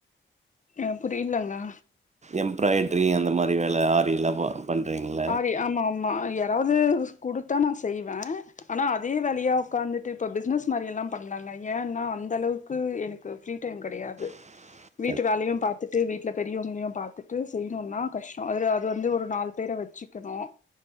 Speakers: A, on the left; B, on the right.
A: ஆ புரியல அண்ணா
B: எம்ப்ராய்ட்ரி அந்த மாதிரி வேலை ஆரியெல்லாமா பண்றீங்களா
A: ஆரி ஆமா ஆமா யாராவது கொடுத்தா நான் செய்வேன் ஆனா அதே வேலையா உட்காந்துட்டு இப்போ பிஸ்னஸ் மாதிரியெல்லாம் பண்ணலெங்க ஏன்னா அந்த அளவுக்கு எனக்கு ஃப்ரீ டைம் கிடையாது
B: <inaudible> <unintelligible>
A: வீட்டு வேலையும் பார்த்துட்டு வீட்டில பெரியவங்களையும் பார்த்துட்டு செய்யணும்னா கஷ்டம் அது அது வந்து ஒரு நாலு பேர வச்சு வச்சுக்கணும்